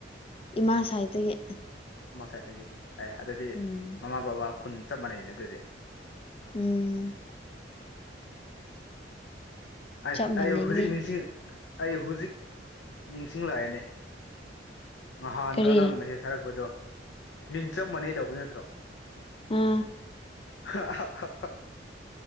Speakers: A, on the left; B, on the left.
A: ꯏꯃꯥ ꯁꯥꯏꯠꯇꯒꯤ
B: ꯃꯥ ꯁꯥꯏꯠꯇꯒꯤ ꯑꯦ ꯑꯗꯨꯗꯤ
A: ꯎꯝ
B: ꯃꯃꯥ ꯕꯕꯥ ꯈꯨꯟ ꯆꯞ ꯃꯥꯟꯅꯩꯅꯦ ꯑꯗꯨꯗꯤ
A: ꯎꯝ
B: ꯑꯩ
A: ꯆꯞ ꯃꯥꯟꯅꯩꯌꯦ
B: ꯑꯌꯨ ꯍꯨꯖꯤꯛ ꯅꯤꯡꯁꯤꯡ ꯑꯩ ꯍꯨꯖꯤꯛ ꯅꯤꯡꯁꯤꯡꯂꯛꯑꯦꯅꯦ ꯅꯍꯥꯟꯔꯥ
A: ꯀꯔꯤ
B: ꯅꯪꯅ ꯃꯦꯁꯦꯖ ꯊꯥꯔꯛꯄꯗꯣ ꯃꯤꯡ ꯆꯞ ꯃꯥꯟꯅꯩ ꯇꯧꯕ ꯅꯠꯇ꯭ꯔꯣ
A: ꯑꯥ
B: ꯍꯥꯍꯥꯍꯥ